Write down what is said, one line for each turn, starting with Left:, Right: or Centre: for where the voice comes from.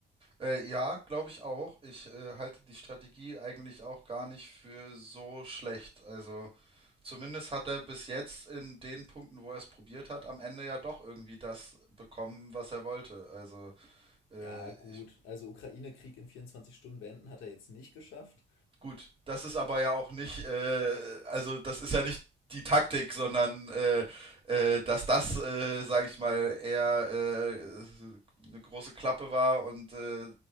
Right: Äh, ja, glaube ich auch. Ich äh, halte die Strategie eigentlich auch gar nicht für so schlecht. Also zumindest hat er bis jetzt in den Punkten, wo er es probiert hat, am Ende ja doch irgendwie das bekommen, was er wollte. Also äh,
Left: Ja, gut.
Right: ich
Left: Also Ukraine-Krieg in 24 Stunden beenden hat er jetzt nicht geschafft.
Right: Gut, das ist aber ja auch nicht, äh, also das ist ja nicht die Taktik, sondern äh, äh, dass das, äh, sage ich mal, eher äh, eine große Klappe war und äh,